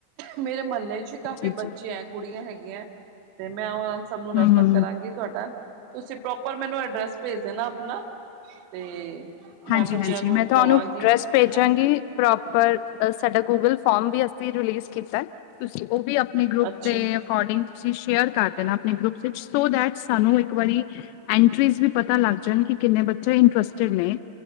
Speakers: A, on the right; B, on the left.
A: ਮੇਰੇ ਮਹੱਲੇ। ਕਾਫੀ
B: ਜੀ ਜੀ
A: ਬੱਚੇ ਐ, ਕੁੜੀਆਂ ਹੈਗੀਆਂ ਤੇ ਮੈਂ ਉਹਨਾ ਸਬ ਨੂੰ ਰੈਫਰ
B: ਹੂੰ ਹੂੰ
A: ਕਰਾਂਗੀ ਤੁਹਾਡਾ ਤੁਸੀਂ ਪ੍ਰੋਪਰ ਮੈਨੂੰ ਐਡਰੈਸ ਭੇਜ ਦੇਣਾ, ਆਪਣਾ ਤੇ ਮੈਂ
B: ਹਾਂਜੀ
A: ਬੱਚਿਆਂ
B: -ਹਾਂਜੀ,
A: ਨੂੰ
B: ਮੈਂ ਤੁਹਾਨੂੰ
A: ਕਵਾਂਗੀ
B: ਡਰੈੱਸ ਭੇਜਾਂਗੀ
A: ਹਾਂ
B: ਪ੍ਰੋਪ ਪਰ ਸਾਡਾ ਗੂਗਲ ਫਾਰਮ ਵੀ ਅਸੀਂ ਰਿਲੀਜ਼ ਕੀਤਾ ਐ, ਤੁਸੀਂ ਉਹ ਵੀ ਆਪਣੇ ਗਰੁੱਪ
A: ਅੱਛਾ
B: ਦੇ ਅਕੋਰਡਿੰਗ ਤੁਸੀਂ ਸ਼ੇਅਰ ਕਰ ਦੇਨਾ, ਆਪਣੇ ਗਰੁੱਪ ਸੋ ਦੈਟ ਸਾਨੂੰ ਇੱਕ ਵਾਰੀ ਐਂਟਰੀਜ਼ ਵੀ ਪਤਾ ਲੱਗ ਜਾਣ, ਕਿ ਕਿੰਨੇ ਬੱਚੇ ਇੰਟਰਸਟਿਡ ਨੇ।